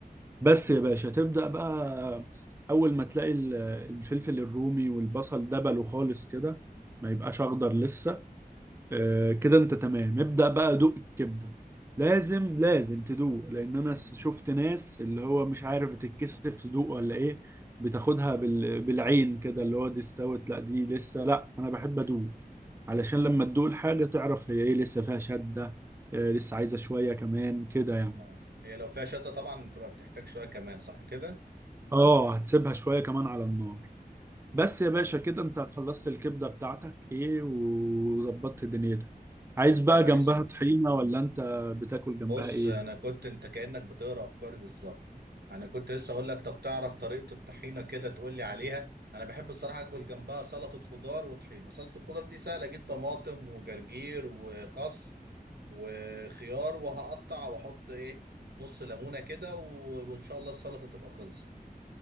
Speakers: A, on the right; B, on the right.
A: بس يا باشا تبدأ بقى اول ما تلاقي ال- الفلفل الرومي والبصل دبلوا خالص كده ما يبقاش اخضر لسه آه، كده انت تمام ابدأ بقى دوق الكبدة لازم لازم تدوق لان انا س- شفت ناس اللي هو مش عارف بتتكسف تدوق ولا ايه بتاخدها بال... بالعين كده اللي هو دي استوت لا دي لسه لا انا بحب ادوق علشان
B: امم
A: لما تدوق الحاجة تعرف هي ايه لسه فيها شدة آه، لسه عايزة شوية كمان كده يعني
B: اه هي لو فيها شده طبعا بتبقى بتحتاج شويه كمان صح كده
A: اه هتسيبها شوية كمان على النار بس يا
B: طيب
A: باشا كده انت خلصت الكبدة بتاعتك ايه وظبطت دنيتك عايز
B: طب
A: بقى
B: كويس
A: جنبها
B: قوي
A: طحينة ولا انت بتاكل
B: بص
A: جنبها ايه
B: انا كنت انت كانك بتقرا افكاري بالظبط انا كنت لسه اقول لك طب تعرف طريقه الطحينه كده تقول لي عليها انا بحب الصراحه اكل جنبها سلطه خضار وطحينه سلطه الخضار دي سهله اجيب طماطم وجرجير وخس وخيار وهقطع واحط ايه نص ليمونه كده و... وان شاء الله السلطه تبقى خلصت